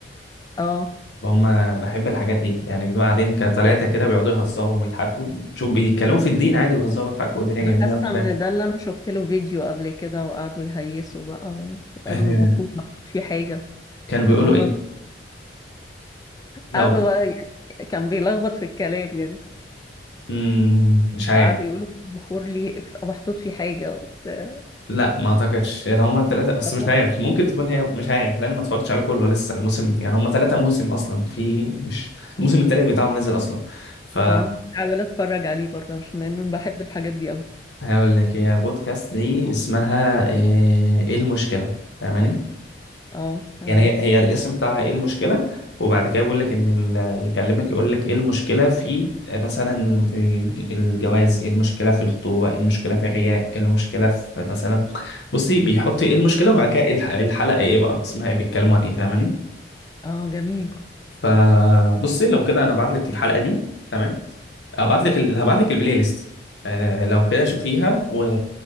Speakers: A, on the left (about 20°); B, on the left (about 80°).
A: اه
B: هم بحب الحاجات دي يعني بنبقى قاعدين كتلاته كده بيقعدوا يهزروا ويضحكوا شوف بيتكلموا
A: مم.
B: في الدين عادي ويهزروا ويضحكوا والدنيا
A: انا
B: جميله
A: حاسة
B: مش
A: ان
B: فاهم
A: ده اللي انا شفت له فيديو قبل كده وقعدوا يهيسوا بقى وقالوا
B: آه،
A: البخور محطوط فيه حاجة
B: كانوا بيقولوا
A: هم
B: ايه لو
A: قعدوا بقى يعني كان بيلخبط في الكلام يعني
B: مم، مش عارف
A: قعدوا يقولوا البخور ليه ف- محطوط فيه حاجة وبتاع.
B: لا ما اعتقدش يعني هم الثلاثه بس
A: فاهمة؟
B: مش عارف ممكن تكون هي مش عارف لان انا ما اتفرجتش عليه كله لسه الموسم يعني هم ثلاثه موسم اصلا في مش الموسم الثالث بتاعهم نزل اصلا ف
A: اه حاول اتفرج عليه برضه عشان لان أنا بحب الحاجات دي قوي
B: هقول لك هي بودكاست دي اسمها آه، ايه المشكلة فاهماني
A: اه تمام
B: يعني هي هي الاسم بتاعها ايه المشكلة وبعد كده بيقول لك ان ال- يكلمك يقول لك ايه المشكلة في آه، مثلا الج- الجواز ايه المشكلة في الخطوبة ايه المشكلة في الرياء ايه المشكلة في مثلا بصي بيحط ايه المشكلة وبعد كده إيه الح- إيه الحلقة ايه بقى اسمها ايه بيتكلموا عن ايه فاهماني
A: اه جميل
B: فبصي لو كده انا بعت لك الحلقة دي تمام هبعت لك
A: تمام
B: ال... هبعت لك البلاي ليست آه لو كده شوفيها و...